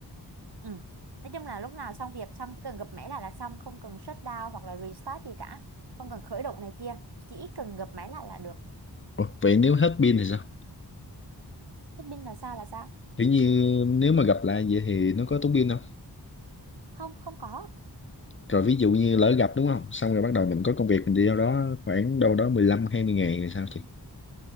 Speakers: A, on the right; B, on the left.
A: Ừ. Nói chung là lúc nào xong việc xong chỉ cần gập máy lại là xong không cần shut down hoặc là restart gì cả không cần khởi động này kia chỉ cần gập máy lại là được
B: ủa, vậy nếu hết pin thì sao
A: thế pin là sao là sao
B: kiểu như nếu mà gặp lại vậy thì nó có tốn pin không
A: không không có
B: rồi ví dụ như lỡ gặp đúng không xong rồi bắt đầu mình có công việc mình đi đâu đó khoảng đâu đó mười lăm hai mươi ngày rồi sao thì